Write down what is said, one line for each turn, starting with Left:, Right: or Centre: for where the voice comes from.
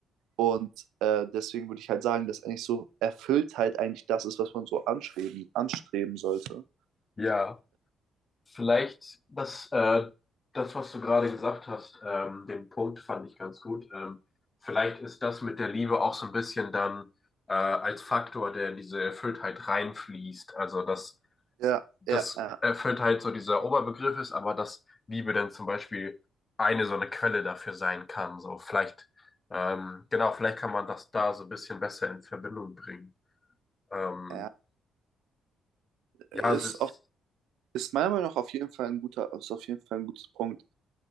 Right: Und äh, deswegen würde ich halt sagen, dass eigentlich so Erfülltheit eigentlich das ist, was man so anstreben, anstreben sollte.
Left: ja. Vielleicht das, äh, das, was du gerade gesagt hast, ähm, den Punkt fand ich ganz gut. Ähm, vielleicht ist das mit der Liebe auch so ein bisschen dann äh, als Faktor, der in diese Erfülltheit reinfließt. Also dass,
Right: Ja,
Left: dass
Right: ja, ja,
Left: Erfülltheit so dieser Oberbegriff ist, aber dass Liebe dann zum Beispiel eine so eine Quelle dafür sein kann. So vielleicht, ähm, genau, vielleicht kann man das da so ein bisschen besser in Verbindung bringen. Ähm,
Right: ja. Ist,
Left: ja, es ist
Right: auf, ist meiner Meinung nach auf jeden Fall ein guter, ist auf jeden Fall ein guter Punkt.